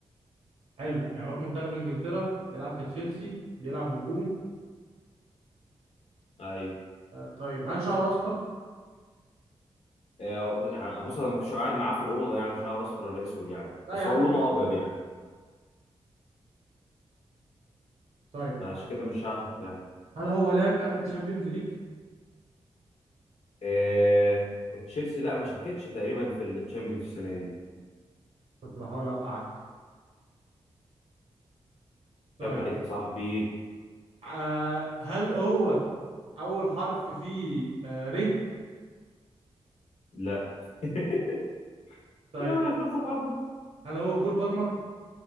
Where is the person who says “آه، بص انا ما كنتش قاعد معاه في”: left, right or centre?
Left